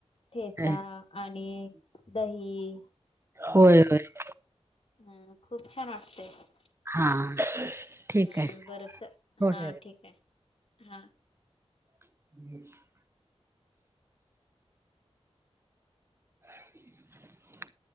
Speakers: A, on the left; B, on the right.
A: ठेचा
B: होय
A: आणि दही
B: होय होय
A: हम्म खूप छान असटतेय
B: हा ठीक
A: हम
B: आहे
A: बरंच
B: थोड्या
A: हा ठीक आहे हा
B: <unintelligible> <unintelligible>